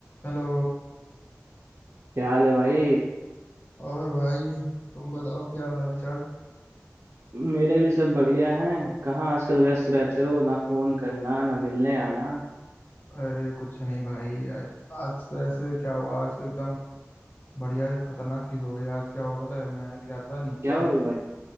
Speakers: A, on the left; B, on the right.
A: Hello
B: क्या हाल है भाई
A: और भाई तुम बताओ क्या हाल चाल
B: मेरे भी सब बढ़िया हैं कहाँ आजकल व्यस्त रहते हो ना फोन करना ना मिलने आना
A: अरे कुछ नहीं भाई आज आज तो ऐसे क्या हुआ आज तो एकदम बढ़िया खतरनाक चीज हो गई आज क्या हुआ पता है मैं क्या था नीचे
B: क्या हो गया भाई